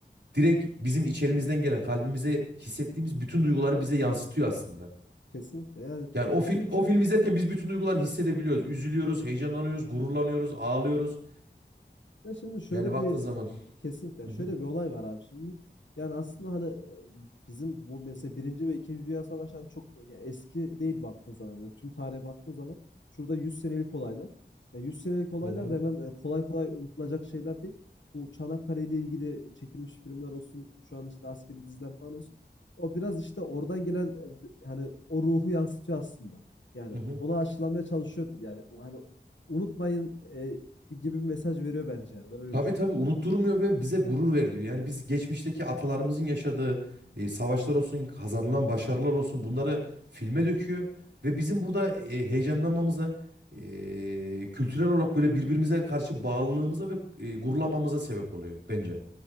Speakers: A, on the right; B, on the left.
A: direkt bizim içerimizden gelen, kalbimize hissettiğimiz bütün duyguları bize yansıtıyor aslında.
B: kesinlikle yani
A: Yani o, fi-
B: çünkü
A: o film izlerken biz bütün duyguları hissedebiliyoruz. Üzülüyoruz, heyecanlanıyoruz, gururlanıyoruz, ağlıyoruz.
B: Ya şimdi şöyle
A: Yani baktığın
B: bir
A: zaman.
B: kesinlikle
A: Hı
B: şöyle
A: hı,
B: bir olay var abi şimdi. Yani aslında hani e, bizim bu mesela Birinci ve İkinci Dünya Savaşı hani çok ya eski değil baktığın zaman. Yani tüm tarihe baktığın zaman şurada 100 senelik olaylar. Ya 100 senelik olaylar
A: hı hı,
B: da hemen e, kolay kolay unutulacak şeyler değil. Bu Çanakkale ile ilgili çekilmiş filmler olsun, şu an işte askeri diziler falan olsun. O biraz işte oradan gelen e, bi- hani o ruhu yansıtıyor aslında. Yani
A: hı hı.
B: onu aşılamaya çalışıyor yani o hani unutmayın e, bir gibi bir mesaj veriyor bence yani. Ben öyle
A: Tabii
B: düşünüyorum
A: tabii unutturmuyor
B: biraz daha.
A: ve bize gurur verdiriyor. Yani biz geçmişteki atalarımızın yaşadığı e, savaşlar olsun, kazanılan başarılar olsun bunları filme döküyor. Ve bizim burada e, heyecanlanmamıza, e, kültürel olarak böyle birbirimize karşı bağlılığımıza ve e, gururlanmamıza sebep oluyor bence.